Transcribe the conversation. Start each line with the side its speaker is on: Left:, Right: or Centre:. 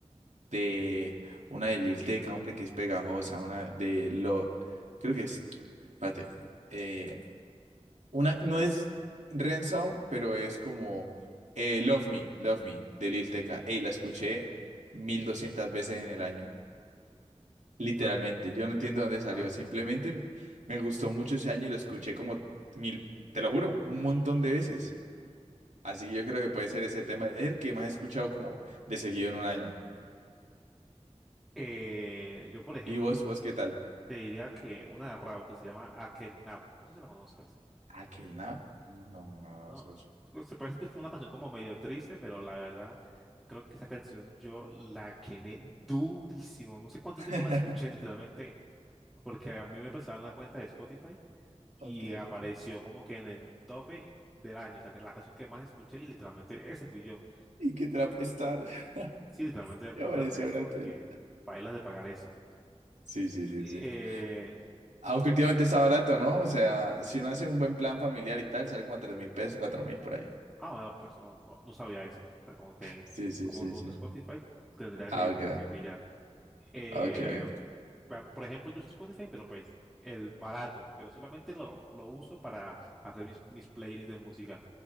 Right: de una de Lil Tecca, hombre, que es pegajosa, una de lo, creo que es, espérate, eh, una, no es Ransom, pero es como eh, Love Me, Love Me, de Lil Tecca. Ey, la escuché 1200 veces en el año. Literalmente.
Centre: Oh,
Right: Yo no entiendo
Centre: qué bomba.
Right: dónde salió. Simplemente me gustó mucho ese año y lo escuché como mil, te lo juro, un montón de veces. Así que yo creo que puede ser ese tema el que más he escuchado como de seguido en un año.
Centre: Eh, yo, por ejemplo,
Right: ¿Y vos,
Centre: yo
Right: vos qué tal?
Centre: te diría que una de Rao que se llama Aquel Nap, no sé si la conozcas,
Right: ¿Aquel nap? No, no,
Centre: ¿no?
Right: eso es-
Centre: Es- Se parece que fue una canción como medio triste, pero la verdad, creo que esa canción yo la quemé durísimo. No sé cuánto
Right: <laughs>
Centre: tiempo la escuché literalmente, porque a mí me prestaron una cuenta de Spotify y
Right: Ok, ok.
Centre: apareció como que en el tope del año, o sea, que la canción que más escuché y literalmente ese fui yo.
Right: ¿Y qué te la prestar? <laughs>
Centre: Sí, también te prestaron
Right: Ya parecía
Centre: la cuenta
Right: una
Centre: porque
Right: tuya.
Centre: bailas de pagar eso.
Right: Sí, sí, sí,
Centre: Eh,
Right: sí. Aunque últimamente está barato, ¿no? O sea, si uno hace un buen plan familiar y tal, sale como a tres mil pesos, cuatro mil por ahí.
Centre: ah, bueno, pues no, no, no sabía eso. O sea, como que,
Right: Sí, sí,
Centre: como
Right: sí,
Centre: no
Right: sí.
Centre: uso Spotify, tendría
Right: Ah,
Centre: que,
Right: ok.
Centre: que pillar. Eh,
Right: Ah, Ok, ok.
Centre: pa- por ejemplo, yo uso Spotify, pero pues el barato, pero solamente lo, lo uso para hacer mis, mis playlists de música.